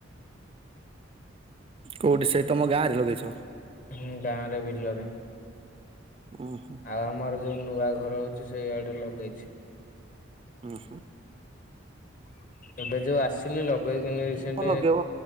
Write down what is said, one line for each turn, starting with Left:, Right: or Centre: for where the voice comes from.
Right: କୋଉଠି ସେଇ ତମ ଗାଁ ରେ ଲଗେଇଛ?
Left: ହୁଁ ଗାଁ ରେ ବିଲରେ
Right: ଉୁଁ ହୁଁ
Left: ଆଉ ଆମର ଯୋଉ ନୂଆ ଘର ହୋଉଛି ସେଇଆଡେ ଲଗେଇଛି।
Right: ଉହୁଁ।
Left: ଏବେ ଯୋଉ ଆସିଲି ଲଗେଇକି ରିସେଣ୍ଟ
Right: ହଁ ଲଗେଇବ